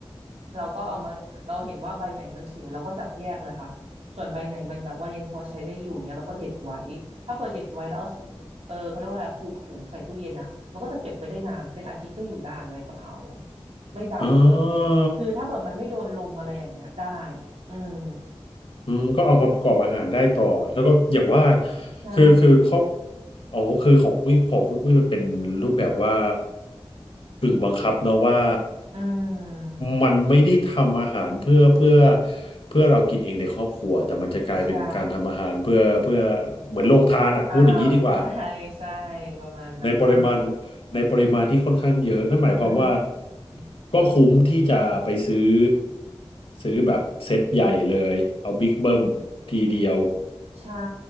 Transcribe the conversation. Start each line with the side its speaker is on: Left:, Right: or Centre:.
Right: เราก็เอามาเราเห็นว่าใบไหนมันเสียเราก็จับแยกเลยค่ะ ส่วนใบไหนมันแบบว่ายังพอใช้ได้อยู่เงี้ยเราก็เด็ดไว้ ถ้าเปิดเด็ดไว้แล้วเอาเออเขาเรียกว่าอะไรผูกถุงใส่ตู้เย็นอ่ะมันก็จะเก็บไว้ได้นาน เป็นอาทิตย์ก็อยู่ได้ใบกะเพราไม่ด
Left: อ่า
Right: ำ คือถ้าเปิดมันไม่โดนลมอะไรอย่างเงี้ยได้ อืม
Left: อืมก็เอามาประกอบอาหารได้ต่อ แล้วก็อย่างว่า
Right: ใช่
Left: คือคือครอบอ๋อคือของอุ้ยของคุณอุ้ยมันเป็นรูปแบบว่าถึงบังคับเนาะว่า
Right: อืม
Left: มันไม่ได้ทำอาหารเพื่อ เพื่อเพื่อเรากินเองในครอบครัวแต่มันจะกลายเป็นการทำอาหารเพื่อเพื่อ
Right: ใช่
Left: เหมือนโรงทานอ่ะพูดอย่างนี้ดีกว่า
Right: อ่า <laughs> ใช่ใช่ประมาณนั้น
Left: ในปริมาณในปริมาณที่ค่อนข้างเยอะนั่นหมายความว่า
Right: อืม
Left: ก็คุ้มที่จะไปซื้อซื้อแบบเซ็ตใหญ่เลยเอาบิ๊กเบิ้มทีเดียว
Right: ใช่